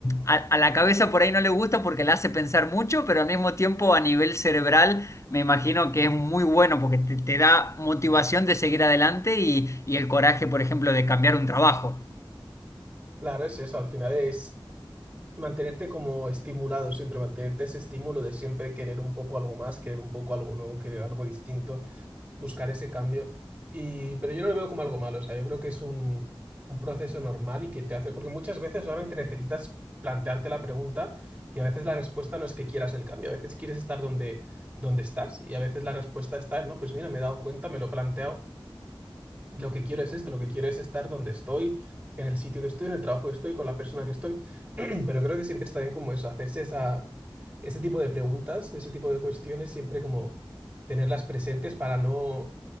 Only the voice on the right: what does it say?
claro, es eso, al final es mantenerte como estimulado siempre, mantenerte ese estímulo de siempre querer un poco algo más, querer un poco algo nuevo, querer algo distinto. buscar ese cambio. Y, pero yo no lo veo como algo malo, o sea, yo creo que es un, un proceso normal y que te hace, porque muchas veces solamente necesitas plantearte la pregunta y a veces la respuesta no es que quieras el cambio, a veces quieres estar donde, donde estás y a veces la respuesta está, en, no, pues mira, me he dado cuenta, me lo he planteado, y lo que quiero es esto, lo que quiero es estar donde estoy, en el sitio que estoy, en el trabajo que estoy, con la persona que estoy, <clears throat> pero creo que siempre está bien como eso, hacerse esa, ese tipo de preguntas, ese tipo de cuestiones, siempre como tenerlas presentes para no